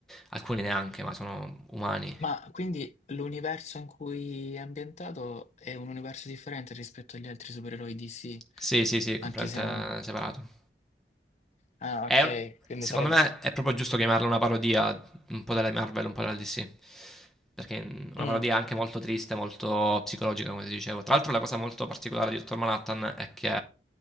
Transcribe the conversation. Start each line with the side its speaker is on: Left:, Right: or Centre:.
Centre: alcuni neanche, ma sono umani.
Left: Ma quindi l'universo in cui è ambientato è un universo differente rispetto agli altri supereroi DC,
Centre: Sì, sì, sì, è completamente
Left: anche se è un...
Centre: separato.
Left: Ah,
Centre: È-
Left: ok, quindi
Centre: secondo
Left: sarebbe...
Centre: me è proprio giusto chiamarla una parodia un po' della Marvel, un po' della DC. Perché mm, una
Left: Mm.
Centre: parodia anche molto triste, molto psicologica, come ti dicevo. Tra l'altro, la cosa molto particolare di Dottor Manhattan è che